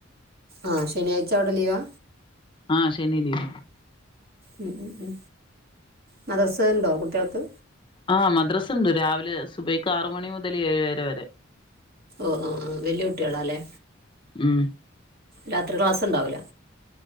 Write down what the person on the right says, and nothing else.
ആ ശനിയാ്ച അവ്ടെ ലീവാ?
മ മ മദർസ ഉണ്ടോ കുട്ടികൾക്ക്
ഓ ഓ ആഹ് വല്ല്യ കുട്ടികളാ അല്ലേ
രാത്രി ക്ലാസ് ഉണ്ടാവില്ല